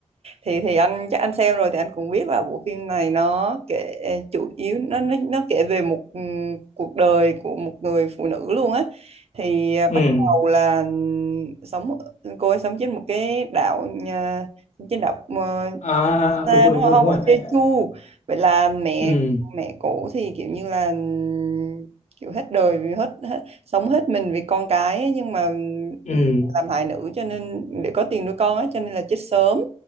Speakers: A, on the right (about 60°); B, on the left (about 85°).
A: thì thì anh chắc anh xem rồi thì anh cũng biết là bộ phim này nó kể chủ yếu nó nó, nó kể về một ừm, cuộc đời của một người phụ nữ luôn á thì à, bắt
B: ừ
A: đầu là ừm, sống cô ấy sống trên một cái đảo nhà- trên đảo ờ,
B: à
A: xa
B: đúng rồi đúng
A: đúng
B: rồi
A: không
B: đúng rồi
A: ở
B: anh
A: Jeju vậy là mẹ
B: ừ
A: mẹ cổ thì kiểu như là ừm, kiểu hết đời vì hết, hết sống hết mình vì con cái ấy, nhưng mà ừ,
B: ừ
A: làm hại nữ cho nên để có tiền nuôi con á cho nên là chết sớm